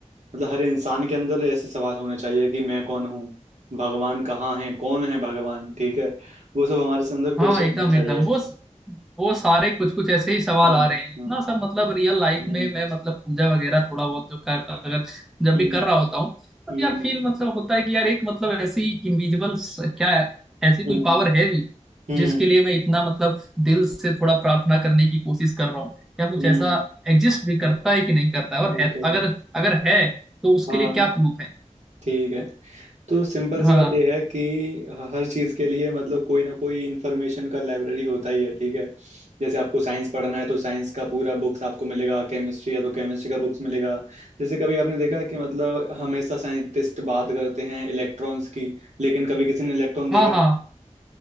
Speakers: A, on the right; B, in the centre.
A: मतलब हर इंसान के अंदर ऐसे सवाल होने चाहिए कि मैं कौन हूँ भगवान कहाँ है कौन है भगवान ठीक है वो सब हमारे से अंदर क्वेश्चन
B: हाँ एकदम
A: होना चाहिए
B: एकदम वो वो सारे कुछ कुछ ऐसे ही सवाल
A: हम्म
B: आ रहे हैं इतना
A: हम्म
B: सब मतलब रियल लाइफ
A: हम्म
B: में मैं मतलब पूजा वगैरह थोड़ा बहुत जो कर अगर जब
A: हम्म
B: भी कर रहा होता हूँ तब
A: हम्म
B: यार फील मतलब होता है कि यार एक मतलब ऐसी इंडिविजुअल क्या है ऐसी कोई
A: हम्म
B: पावर है भी
A: हम्म
B: जिसके लिए मैं इतना मतलब दिल से थोड़ा प्रार्थना करने की कोशिश कर रहा हूँ क्या कुछ
A: हम्म
B: ऐसा एग्जिस्ट भी करता है कि नहीं करता है और
A: ओके
B: है अगर अगर है तो उसके
A: हाँ
B: लिए क्या प्रूफ है
A: ठीक है तो सिंपल
B: हाँ
A: सी बात यह है कि हर चीज़ के लिए मतलब कोई ना कोई इन्फॉर्मेशन का लाइब्रेरी होता ही है ठीक है जैसे आपको साइंस पढ़ना है तो साइंस का पूरा बुक्स आपको मिलेगा केमिस्ट्री है तो केमिस्ट्री का बुक्स मिलेगा जैसे कभी आपने देखा कि मतलब हमेशा साइंटिस्ट बात करते हैं इलेक्ट्रॉन्स की लेकिन कभी किसी ने इलेक्ट्रॉन देखा
B: हाँ हाँ
A: है